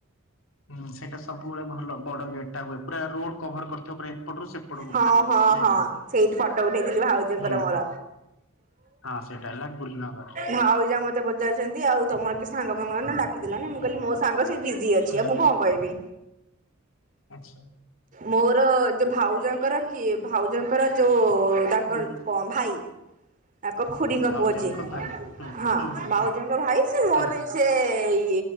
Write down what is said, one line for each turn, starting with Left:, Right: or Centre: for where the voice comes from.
Left: ହୁଁ ସେଇଟା ସବୁବେଳେ ଭଲ ବଡ ଗେଟ୍ ଟା ହୁଏ ପୁରା ରୋଡ କଭର କରିଥିବ ପୁରା ଏପଟରୁ ସେପଟକୁ
Right: ହଁ
Left: ପୁରା।
Right: ହଁ
Left: ଯାଇଥିବ
Right: ହଁ ସେଇଠି ଫଟୋ ଉଠେଇଥିଲି ଭାଉଜଙ୍କର
Left: ହୁଁ
Right: ମୋର।
Left: ହଁ ସେଇଟା ହେଲା ଗୁଲନଗର
Right: ଭାଉଜ ମତେ ବ ପଚାରୁଛନ୍ତି ଆଉ ତମର କି ସାଙ୍ଗମାଙ୍ଗ ଡାକି ଦେଲନି ମୁଁ କହିଲି ମୋ ସାଙ୍ଗ ସେ ବିଜି ଅଛି।
Left: ହୁଁ।
Right: ମୁଁ କଣ କହିବି
Left: ଆଚ୍ଛା
Right: ମୋର ଯୋଉ ଭାଉଜଙ୍କର କି ଭାଉଜଙ୍କର ଯୋଉ ତାଙ୍କର
Left: ହୁଁ
Right: କ ଭାଇ ତାଙ୍କ ଖୁଡିଙ୍କ
Left: ଭାଉଜଙ୍କ
Right: ପୁଅ ଯିଏ
Left: ଭାଇ ହୁଁ
Right: ହଁ
Left: ହୁଁ ହୁଁ
Right: ଭାଉଜଙ୍କ
Left: ହୁଁ।
Right: ଭାଇ ସେ ମୋର
Left: ହୁଁ
Right: ସେଇ